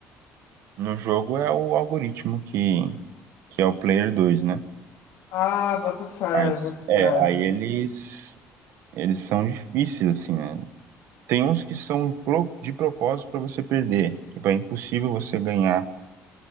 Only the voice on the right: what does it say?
no jogo é o algoritmo que, que é o player dois né?
Mas
é,
aí eles eles são difíceis assim, né? Tem uns que são pro- de propósito pra você perder, tipo, é impossível você ganhar